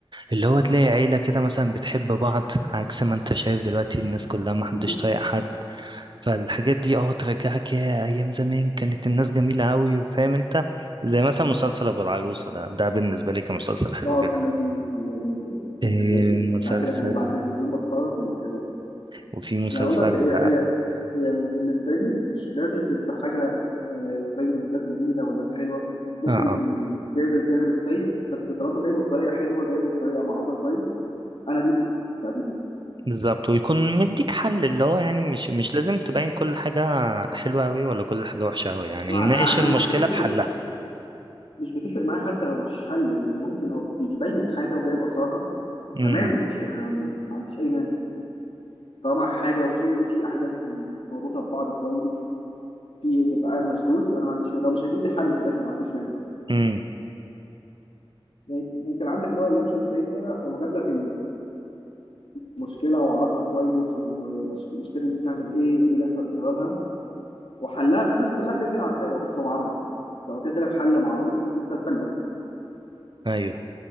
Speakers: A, on the right; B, on the left.
A: اللي هو
B: اه
A: تلاقي عيلة كده مثلا بتحب بعض عكس ما انت شايف دلوقتي الناس كلها ما حدش
B: <laughs>
A: طايق حد فالحاجات دي اه ترجعك يا ايام زمان كانت الناس جميلة قوي وفاهم انت زي مثلا مسلسل ابو العروسة ده ده بالنسبة لي كان مسلسل حلو
B: اه
A: جدا
B: كان لذيذ كان لذيذ يعني يعني
A: إيه
B: كان لذيذ كنت
A: مسلسل
B: ساعات كده كان بيبقى على التلفزيون بتفرج كان بيبقى حلو قوي
A: وفي مسلسل
B: يعني بقول لك هي هي هي بالنسبة لي مش لازم تبقى حاجة آه، يبين إن الناس جميلة والناس حلوة ممكن
A: اه اه
B: يكون جايب الجانب السيء بس طالما جايبه بطريقة حلوة جايبه بطريقة معروضة كويس أنا دي بتعجبني
A: بالظبط ويكون مديك حل اللي هو يعني مش مش لازم تبين كل حاجة حلوة قوي ولا كل حاجة وحشة قوي يعني
B: مع
A: ناقش
B: عادي
A: المشكلة
B: مش بتفرق
A: بحلها
B: مش بتفرق معايا حتى لو مفيش حل يعني ممكن هو بيبين حاجة وجايب آثارها
A: امم
B: تمام ماشي أنا ما عنديش أي مانع طالما حاجة وفي في أحداث مربوطة ببعض كويس في تبقى قاعد مشدود أنا ما عنديش مانع. لو مش هتجيب لي حل في الآخر ما عنديش مانع
A: امم
B: يعني يعني كان عندك اللي هو اللام شمسية هو جاب لك المشكله واقعدها كويس والمشكله دي بتعمل ايه وايه اللي بيحصل بسببها وحلها الناس كلها كده كده عارفاه هو بس هو عمل بس هو كده كده الحل معروف ان انت تبلغ
A: ايوه